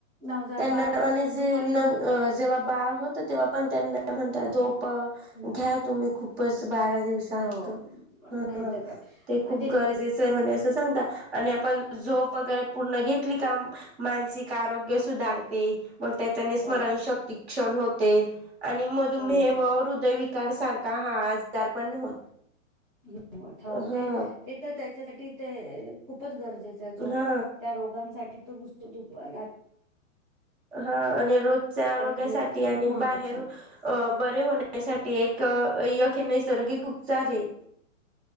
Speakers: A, on the right; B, on the right.
A: नवजात
B: त्यांना
A: बाळ आहे ते
B: आणि
A: तर
B: जे
A: दुपारी
B: नव
A: झोप
B: अ जेव्हा बाळ होत तेव्हा पण त्यांना म्हणतात झोप प
A: हं,
B: घ्या तुम्ही खूपच बारा दिवसात
A: हो
B: ह
A: नाही तर काय
B: ते खूप
A: म्हणजे
B: गरजेचं आहे म्हणे असं सांगता. आणि आपण झोप वगैरे पूर्ण घेतली काम मानसिक आरोग्य सुधार ते. पण त्याच्याने स्मरणशक्ती
A: हो
B: क्षण होते. आणि मधुमेह
A: हो हो
B: व हृदय विक कार सारखा <unintelligible> हा आजार पण होत
A: <unintelligible> ह हो
B: हा
A: ते ते तर त्याच्यासाठी ते खूपच गरज. त्याच्या झोप
B: हा
A: त्या रोगांसाठी. तो गुसतो दुपारात.
B: हा आणि रोजच्या आरोग्यासाठी
A: झोप खूप
B: आणि
A: महत्वाची
B: बाहेर अ
A: आहे
B: बरे होण्यासाठी एक य के नैसर्गिकिक उपचारहे.